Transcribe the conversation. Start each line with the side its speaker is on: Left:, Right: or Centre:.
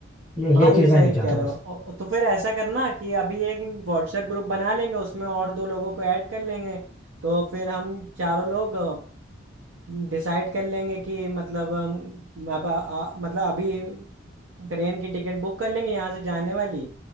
Centre: ये
Right: हाँ
Centre: ये
Right: ये
Centre: चीज
Right: सही
Centre: मैं नहीं चाहता
Right: कह रहे
Centre: बस
Right: हो औ- तो फिर ऐसा करना कि अभी एक व्हाट्सएप ग्रुप बना लेंगे उसमें और दो लोगों को ऐड कर लेंगे तो फिर हम चारों लोग डिसाइड कर लेंगे कि मतलब अम, अब आ, आ- मतलब अभी ट्रेन की टिकट बुक कर लेंगे यहाँ से जाने वाली